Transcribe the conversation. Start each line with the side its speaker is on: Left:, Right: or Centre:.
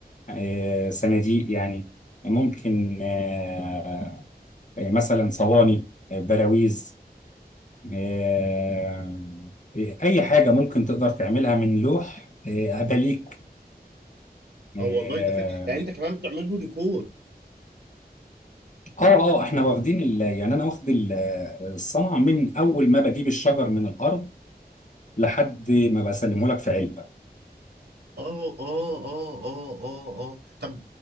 Left: آه، صناديق يعني ممكن آه، مثلا صواني آه، براويز آه، اي حاجه ممكن تقدر تعملها من لوح آه، اباليك
Right: اه
Left: آه،
Right: والله ده فكرة يعني انت كمان بتعمل له ديكور
Left: اه اه احنا واخدين ال... يعني انا واخد ال- الصنعه من اول ما بجيب الشجر من الارض لحد ما بسلمه لك في علبه
Right: اه اه اه اه اه اه طب